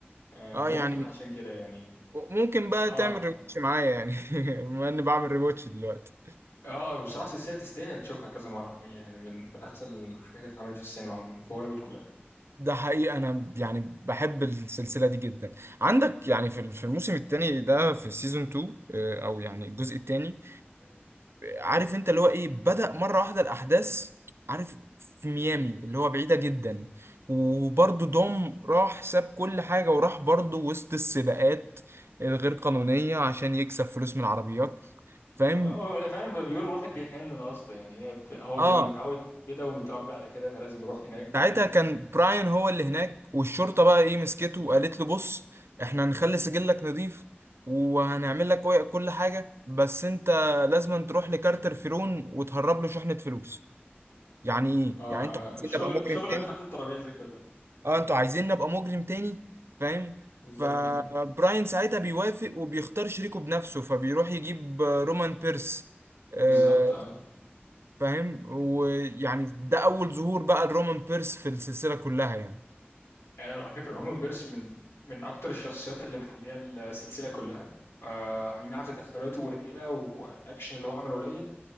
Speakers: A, on the left; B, on the right.
A: آه،
B: اه
A: ممكن
B: يعني
A: عشان كده يعني
B: ممكن بقى
A: اه
B: تعمل ريواتش معايا يعني <laughs> بما اني بعمل ريواتش دلوقتي
A: اه بصراحه السلسله تستاهل تشوفها كذا مره حقيقة يعني من من احسن الحاجات اللي اتعملت في السينما عموما في هوليوود كلها
B: ده حقيقي انا يعني بحب السلسله دي جدا عندك يعني في في الموسم الثاني ده في سيزون 2 آه، او يعني الجزء الثاني عارف انت اللي هو ايه بدأ مره واحده الاحداث عارف في ميامي اللي هو بعيده جدا وبرضه دوم راح ساب كل حاجه وراح برضه وسط السباقات الغير قانونيه عشان يكسب فلوس من العربيات فاهم
A: آه، آه، فعلا بيقول الواحد بيحن الاصل يعني هي بت- هو
B: اه
A: بيبقى متعود كده ومتربي على كده فلازم يروح هناك
B: ساعتها كان براين هو اللي هناك والشرطة بقى ايه مسكته وقالت له بص احنا هنخلي سجلك نظيف وهنعمل لك كوي- كل حاجة بس انت لازم تروح لكارتر فيرون وتهرب له شحنة فلوس يعني ايه
A: اه
B: يعني انتوا عايزين
A: آه، شغل
B: نبقى مجرم
A: شغل
B: تاني
A: من تحت الترابيزه كله
B: اه انتوا عايزين نبقى مجرم تاني فاهم
A: بالظبط
B: فبراين ساعتها بيوافق وبيختار شريكه بنفسه فبيروح يجيب آه، رومان بيرس آه،
A: بالظبط
B: فاهم ويعني ده أول ظهور بقى لرومان بيرس في السلسلة كلها يعني
A: آه، على فكرة رومان بيرس من من أكتر الشخصيات اللي محلية السلسلة كلها آه، أي نعم تدخلاته قليلة والأكشن اللي هو عمله قليل